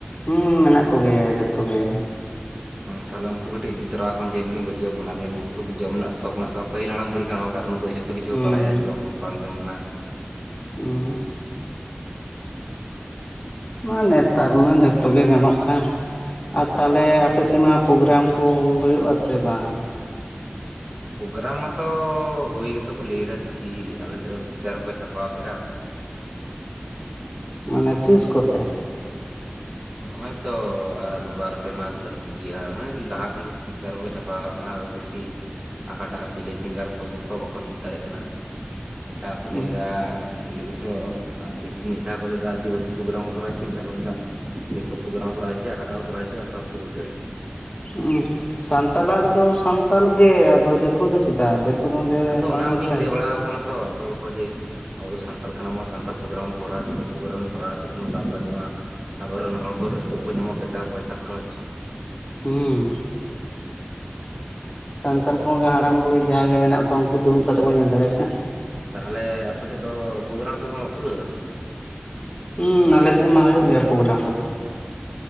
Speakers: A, on the left; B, on the right.
A: ᱦᱩᱸ ᱢᱮᱱᱟᱜ ᱠᱚᱜᱮᱭᱟ ᱡᱚᱛᱚ ᱜᱮ᱾
B: ᱛᱟᱦᱞᱮ ᱩᱱᱠᱩ ᱠᱟᱹᱴᱤᱡ ᱤᱫᱤ ᱛᱚᱨᱟᱣᱟᱢ ᱡᱮᱳᱞᱤ ᱜᱚᱡᱮᱭᱟ ᱯᱳᱱᱟᱵᱤᱱᱟᱧ ᱩᱱᱚᱠᱩ ᱦᱚᱛ ᱡᱚᱢ ᱨᱮᱱᱟᱜ ᱥᱚᱠ ᱢᱮᱱᱟ ᱯᱟᱦᱤᱞ ᱦᱟᱲᱟᱢ ᱵᱩᱲᱦᱤ ᱠᱟ ᱠᱟᱨᱚᱱ ᱩᱱᱠᱩ ᱡᱚᱛᱚ ᱠᱤᱪᱷᱩ
A: ᱦᱩᱸ
B: ᱠᱚ ᱵᱟᱲᱟᱭᱟ ᱡᱚᱢ ᱵᱟᱝ ᱡᱚᱢᱱᱟ᱾
A: ᱦᱩᱸ᱾ ᱢᱟ ᱱᱮᱛᱟᱨ ᱢᱟ ᱡᱚᱛᱚᱜ ᱜᱮ ᱜᱟᱱᱚᱜ ᱠᱟᱱ, ᱟᱨ ᱛᱟᱦᱚᱞᱮ
B: ᱩᱸ
A: ᱟᱯᱮᱥᱮᱫ ᱢᱟ ᱯᱳᱜᱨᱟᱢ ᱠᱚ ᱦᱩᱭᱩᱜᱼᱟ᱾ ᱥᱮ ᱵᱟᱝ?
B: ᱯᱳᱜᱨᱟᱢ ᱢᱟᱛᱚ ᱦᱩᱭ ᱜᱮᱛᱚ ᱠᱚ ᱞᱟᱹᱭ ᱫᱟ, ᱫᱮᱠᱷᱤ ᱟᱞᱮ ᱥᱮᱫ ᱫᱚ ᱯᱤᱠᱪᱟᱨ ᱠᱚᱠᱚ ᱪᱷᱟᱯᱟᱣ ᱠᱮᱫᱼᱟ᱾
A: ᱢᱟᱱᱮ ᱛᱤᱥ ᱠᱚᱛᱮ?
B: ᱦᱚᱜᱼᱚᱭ ᱛᱚ ᱟᱨ ᱵᱟᱨ ᱯᱮ ᱢᱟᱥ ᱵᱟᱠᱤ ᱜᱮᱭᱟ ᱢᱟᱱᱮ ᱞᱟᱦᱟ ᱠᱷᱚᱱᱜᱮ ᱯᱤᱠᱪᱟᱨ ᱠᱚ ᱪᱷᱟᱯᱟ ᱠᱟᱜ ᱫᱮᱠᱷᱤ ᱟᱠᱟ ᱴᱟᱜ ᱪᱤᱞᱤ ᱥᱤᱝᱜᱟᱨ ᱠᱚ ᱟᱹᱜᱩ ᱠᱚᱣᱟ ᱵᱟᱠᱚ ᱴᱷᱤᱠ ᱫᱟᱲᱮᱭᱟᱜ ᱠᱟᱱᱟ᱾ ᱢᱤᱫ ᱫᱷᱟᱣ ᱠᱚ
A: ᱦᱩᱸ
B: ᱞᱟᱹᱭᱫᱟ ᱪᱤᱞᱤ ᱠᱚᱪᱚ ᱟᱨ ᱢᱤᱫ ᱫᱷᱟᱣ ᱠᱚ ᱢᱮᱛᱟ ᱠᱚᱫᱚ ᱟᱫᱤᱵᱟᱥᱤ ᱯᱨᱳᱜᱨᱟᱢ ᱠᱚᱨᱟᱣ ᱠᱚ ᱪᱚᱭᱟ ᱢᱤᱫ ᱫᱷᱟᱣ ᱠᱚ ᱞᱟᱭᱫᱟ ᱫᱤᱠᱩ ᱯᱨᱳᱜᱨᱟᱢ ᱠᱚᱨᱟᱣ ᱪᱚᱭᱟ ᱟᱠᱟᱠᱟᱴᱟᱜ ᱠᱚᱨᱟᱣ ᱦᱚᱪᱚᱭᱮᱫ ᱚᱠᱟ ᱦᱚᱸ ᱵᱟᱠᱚ ᱵᱩᱡᱽ ᱫᱟᱲᱮᱭᱟᱜ ᱠᱟᱱᱟ᱾
A: ᱦᱩᱸ ᱥᱟᱱᱛᱟᱞᱟᱜ ᱨᱮᱫᱚ ᱥᱟᱱᱛᱟᱲ ᱜᱮ ᱟᱫᱚ ᱫᱤᱠᱩ ᱫᱤᱠᱩ ᱫᱚ ᱪᱮᱫᱟᱜᱼᱟ ᱫᱤᱠᱩ ᱫᱚ ᱚᱸᱰᱮ
B: ᱟᱫᱚ
A: ᱵᱟᱝ
B: ᱚᱱᱟ
A: ᱱᱟᱥᱮ
B: ᱠᱚᱜᱤᱧ ᱞᱟᱹᱭ ᱵᱟᱲᱟᱣ ᱠᱚ ᱠᱟᱱᱟ ᱛᱚ ᱟᱹᱛᱳ ᱦᱚᱲ ᱠᱚ ᱡᱮ ᱟᱵᱚ ᱫᱚ ᱥᱟᱱᱛᱟᱲ ᱠᱟᱱᱟᱵᱚᱱ ᱥᱟᱱᱛᱟᱲ ᱯᱨᱳᱜᱟᱢ ᱠᱚᱨᱟᱣᱟ, ᱫᱤᱠᱳ ᱯᱨᱳᱜᱨᱟᱢ ᱠᱚᱨᱟᱣ ᱠᱟᱛᱮ ᱠᱳᱱᱳ ᱞᱟᱵ ᱵᱟᱹᱱᱩᱜᱼᱟ᱾ ᱟᱵᱚᱨᱮᱱ ᱦᱚᱲ ᱠᱚ ᱨᱟᱹᱥᱠᱟᱹ ᱵᱟᱠᱚ ᱧᱟᱢᱟ ᱵᱮᱠᱟᱨ ᱯᱚᱭᱥᱟ ᱠᱷᱚᱨᱚᱪ᱾
A: ᱦᱩᱸ᱾ ᱥᱟᱱᱛᱟᱲ <unintelligible> ᱦᱟᱲᱟᱢ ᱵᱩᱲᱦᱤ ᱡᱟᱦᱟᱸᱭ ᱜᱮ ᱢᱮᱱᱟᱜ ᱠᱚᱣᱟ ᱩᱱᱠᱩ ᱫᱩᱲᱩᱵ ᱠᱟᱛᱮ ᱵᱚᱱ ᱧᱮᱞ ᱫᱟᱲᱮᱭᱟᱜᱼᱟ ᱥᱮ᱾
B: ᱛᱟᱦᱚᱞᱮ ᱟᱯᱮ ᱥᱮᱫ ᱫᱚ ᱯᱳᱜᱨᱟᱢ ᱴᱳᱜᱨᱟᱢ ᱠᱚ ᱠᱷᱩᱞᱟᱹᱣ ᱫᱟ ᱥᱮ ᱵᱟᱝ?
A: ᱦᱩᱸ ᱟᱞᱮ ᱥᱮᱫ ᱢᱟ ᱦᱩᱭᱩᱜ ᱜᱮᱭᱟ ᱯᱳᱜᱨᱟᱢ ᱠᱚᱫᱚ᱾